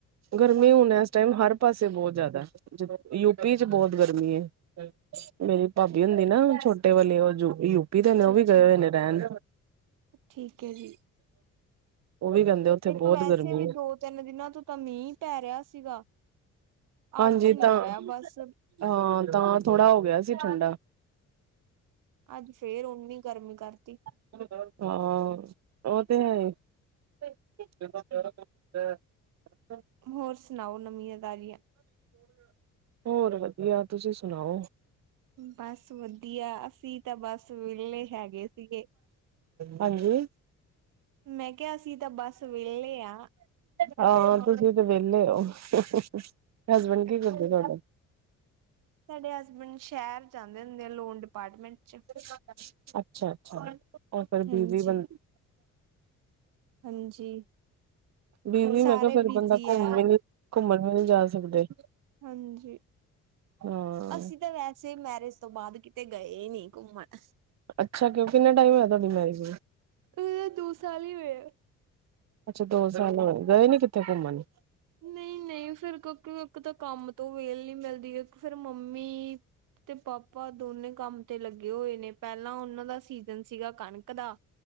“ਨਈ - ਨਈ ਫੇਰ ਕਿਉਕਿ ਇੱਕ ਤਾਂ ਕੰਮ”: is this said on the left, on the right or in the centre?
Right